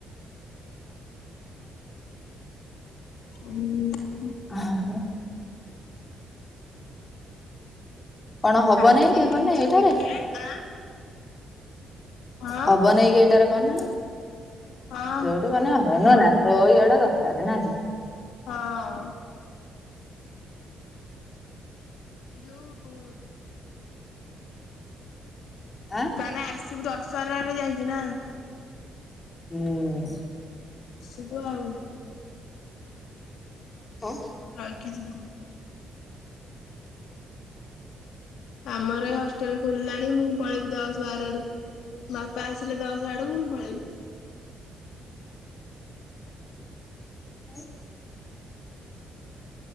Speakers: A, on the left; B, on the left.
A: ହୁଁ
B: ଆଉ କଣ ହବ
A: କାଲି
B: ନାଇଁ କି କନେ
A: ଯିବି
B: ଏଇଟାରେ
A: ଆଁ ହଁ
B: ହବ ନେଇ କି ଏଇଟାର କନେ
A: ହଁ
B: ଯୋଉଠି କନେ ହବ ନୁହେଁ ନା? ତୋ ଇଏଟା ଦରକାର ନା କି।
A: ହଁ ଏଇ ଯୋଉଁ
B: ଆଁ
A: ତାହେଲେ ଆସିବୁ ଦଶରା ରେ ଯାଇକି ନା?
B: ହୁଁ
A: ଆସିବୁ ଆଉ।
B: ଆଉ
A: ରହିକି ଯିବୁ। ଆମର <unintelligible> ଖୋଲିଲାଣି ମୁଁ ପଳେଇବି ଦଶ ବାର ଆଡକୁ ବାପା ଆସିଲେ ଦଶ ଆଡକୁ ମୁଁ ପଳେଇବି।
B: ହ